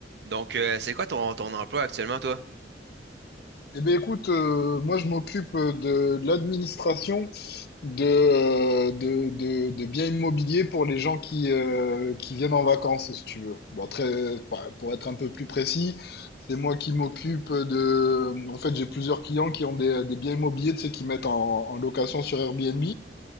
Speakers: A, on the right (about 65°); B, on the left (about 60°).
A: Donc, euh, c'est quoi ton, ton emploi actuellement, toi?
B: Eh bien, écoute, euh, moi je m'occupe de, de l'administration de, euh, de, de, de biens immobiliers pour les gens qui, euh, qui viennent en vacances, si tu veux. Bon, très, bah, pour être un peu plus précis, c'est moi qui m'occupe de... En fait, j'ai plusieurs clients qui ont des, des biens immobiliers, tu sais, qui mettent en, en location sur Airbnb.